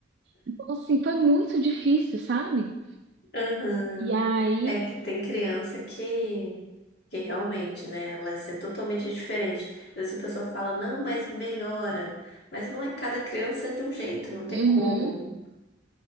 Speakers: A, on the right; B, on the left.
A: Então, assim, foi muito difícil, sabe?
B: aham.
A: E aí.
B: É que tem criança que, que realmente, né? Ela é totalmente diferente. Às vezes a pessoa fala, não, mas melhora. Mas não é cada criança é de um jeito, não tem
A: Uhum.
B: como.